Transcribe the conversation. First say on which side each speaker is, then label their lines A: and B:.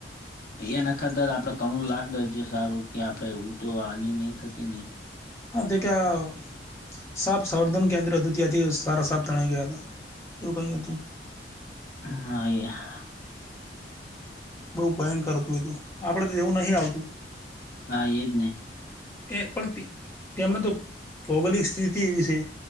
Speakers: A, on the left (about 50°); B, on the left (about 15°).
A: એ નખાતાર આપણે ઘણું લાખ દરજ સારું કે આપણે <unintelligible> આની નહીં થતી ને.
B: <unintelligible> સાપ સંવર્ધન કેન્દ્ર હતું ત્યાંથી સારા સાફ તણાઈ ગયા હતા <unintelligible>
A: <unintelligible>
B: બઉુ ભયંકર હતું એ તો આપડે તો એવું નહી આવતું.
A: હા એ જ ને.
B: <unintelligible> ભૌગોલિક સ્થિતિ એવી છે